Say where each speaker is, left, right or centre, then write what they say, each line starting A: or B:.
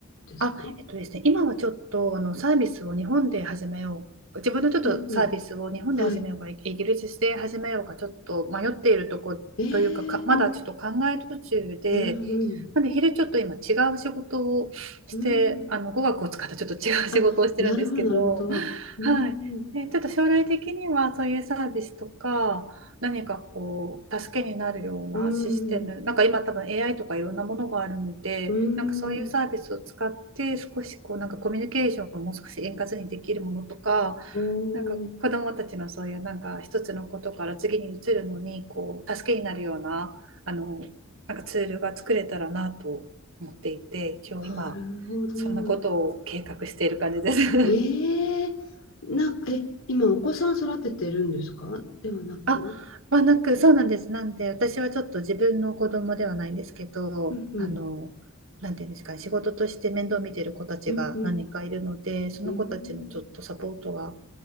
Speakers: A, on the left; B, on the right.
A: んですか
B: あ、えっとですね、今はちょっとあのサービスを日本で始めよう、自分のちょっとサービスを日本で始めようか、
A: うんうん。はい。
B: イギリスで始めようか、ちょっと迷っているとこというか、
A: ええうん
B: か、まだちょっと考え途中で、
A: うん
B: なんで昼ちょっと今違う仕事をして、
A: うん。うん。
B: あの語学を使ったちょっと違う仕事をしてるんですけど、
A: あ、なるほど、なるほど。うん。
B: はい。で、ちょっと将来的にはそういうサービスとか、何かこう助けになるようなシステム、
A: うん。
B: なんか今多分 AI とかいろんなものがあるので、
A: うん。
B: なんかそういうサービスを使って少しこうなんかコミュニケーションをもう少し円滑にできるものとか、
A: おー
B: なんか子どもたちのそういうなんか一つのことから次に移るのにこう助けになるような、あのなんかツールが作れたらなと思っていて、一応今
A: なるほど。
B: そんなことを計画している感じです。<laughs>
A: ええなんか、え、今お子さん育ててるんですかではなく。
B: あ、まあ、なく、そうなんです。なんで、私はちょっと自分の子供ではないんですけど、
A: うんうん、
B: あの、なんていうんですかね、仕事として面倒見てる子たちが何人かいるので、
A: うんうん、
B: その子たちのちょっとサポートが
A: うーん。